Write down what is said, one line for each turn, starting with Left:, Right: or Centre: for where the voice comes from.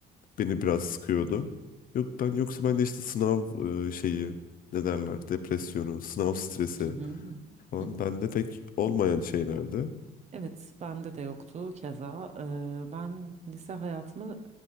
Left: beni biraz sıkıyordu. Yok ben yoksa ben de işte sınav e, şeyi ne derler depresyonu, sınav stresi
Right: Hı hı, hı hı,
Left: falan
Right: hı hı.
Left: bende pek olmayan şeylerdi.
Right: Evet, bende de yoktu keza. Ee, ben lise hayatımı